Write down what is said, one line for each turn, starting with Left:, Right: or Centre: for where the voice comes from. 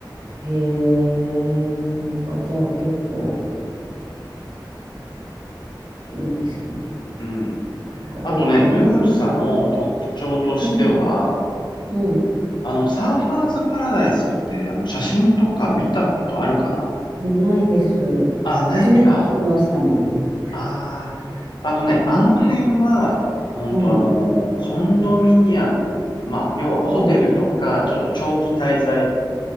Right: う、へえ、そっか、じゃあ結構いいですね。
Left: う。うん。
Right: なんかどっちも。
Left: あとね、ヌーサの特徴としては、
Right: <clears throat> うん。
Left: あの、サーファーズパラダイスって、あの、写真とか見たことあるかな
Right: えないです。
Left: あ、ないか。
Right: 初めて聞きましたもん。
Left: ああ、あのね、あの辺は、本当あの、
Right: うん。
Left: コンドミニアム、まあ、要はホテルとか、
Right: ほう。
Left: ちょっと長期滞在